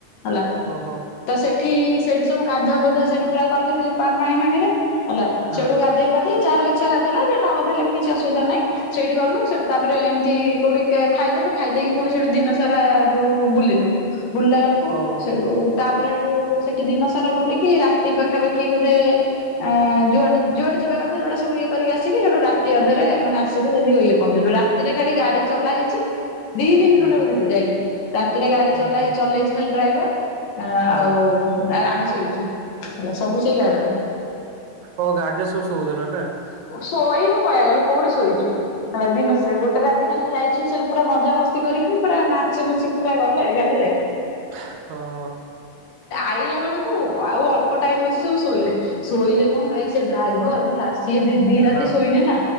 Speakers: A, on the left (about 75°); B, on the right (about 70°).
A: ହେଲା
B: ଓହୋ
A: ତ ସେ ଏଠି ସେଠି ସବୁ ଗାଧୁଆ ପାଧୁଆ ସେଠି ପୁରା କଲେ ସେ ପାଣି ଫାଣି ରେ ହେଲା
B: ହଁ
A: ସେଠୁ ଗାଧଇ ପାଧେଇ ଯାହାର ଇଛା ଗାଧେଇଲା ଯିଏ ନଗାଧେଇଲା ବି କିଛି ଅସୁବିଧା ନାଁ ସେଇଠି ଗଲୁ ତାପରେ ଏମତି କୋଉଠି ଖାଇଦେଲୁ ଖାଇ ଦେଇେକି ପୁଣି ସେଠୁ ଦିନ ସାରା ଯୋଉ ବୁଲିଲୁ ବୁଲି ଦେଖିଲା ବେଳକୁ
B: ଓହୋ
A: ସେଠୁ ତାପରେ ଏଠୁ ସେଠି ଦିନ ସାରା ବୁଲିକି ରାତି ପାଖାପାଖି ବୋଧେ ଅ ଯୁଆଡୁ ଯୁଆଡେ ଯିବା କଥା ଯଉଟା ସବୁ ଇଏ କରିକି ଆସିକି ହେଠୁ ରାତି ଅଧରେ ମାନେ ଆସିଲୁ ଇଏ ପହଞ୍ଚିଲୁ ରାତିରେ ଖାଲି ଗାଡି ଚଲା ହେଇଚି। ଦି ଦିନ
B: ହୁଁ
A: ଖଣ୍ଡେ ବୋଧେ ସେ ଯାଇଥିଲୁ ରାତିରେ ଗାଡି
B: ଓହୋ
A: ଚଲାଏ ଚଲେଇଚି ଖାଲି ଡ୍ରାଇଭର ଆ
B: ହଁ।
A: ଆଉ ଆମେ ଶୋଇଛୁ ହେଲା ସବୁ ସେଇ ଗାଡ଼ିରେ।
B: ଓ <unintelligible>
A: ଶୋଇନୁ କହିବାକୁ ଗଲେ କୋଉଠେ ଶୋଇଚି। ହେଲା ଦିନ ଗୋଟେ ରାତି ଖାଲି ଯାଇଛୁ ସେ ପୁରା ମଜାମସ୍ତି କରିକି ପୁରା ନାଚିମଚିକି ପୁରା ଗଲେ ଗାଡ଼ିରେ।
B: ହ ଅ।
A: ଆଇଲା ବେଳକୁ ଆଉ ଅଳ୍ପ ଟାଇମ ଅଛି ସବୁ ଶୋଇଲେ ଶୋଇଲେ କଣ ଭାଇ ସେ ଡ୍ରାଇଭର ହେଲା ସିଏ ଦି ରାତି
B: ହଁ
A: ଶୋଇନି ନା